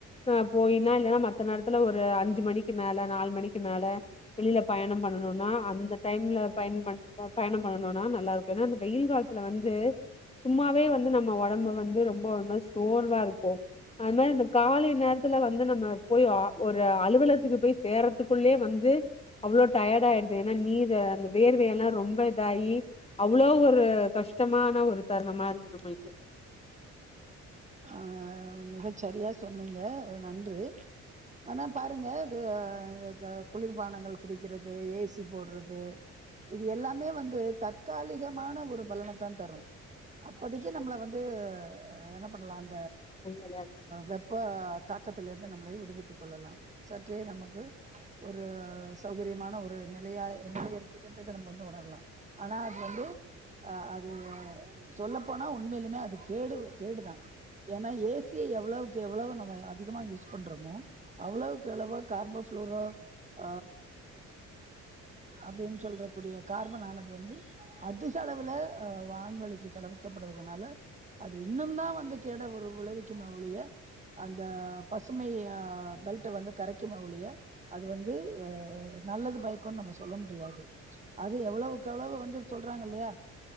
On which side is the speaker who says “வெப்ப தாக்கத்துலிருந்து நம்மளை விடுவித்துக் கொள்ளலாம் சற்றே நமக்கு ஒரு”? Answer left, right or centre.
Right